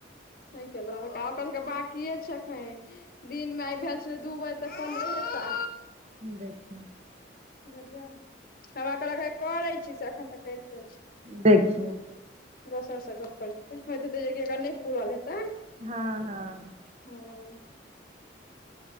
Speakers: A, on the left (about 50°); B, on the right (about 35°).
A: नै केलक आ ओकर सबके बांकियै छै अखैन दिन मे आइ भेल छलै दू बजे तऽ पन्द्रहे टा
B: <inaudible>
A: बुझलियै हमरा कहलक हे करै छी से अखन तऽ करिते छै।
B: देखियौ।
A: दोसर से गप करैत हेतै होइत हेतै जे कि एकर नै पूरल हेतै।
B: हँ हँ।
A: हूॅं।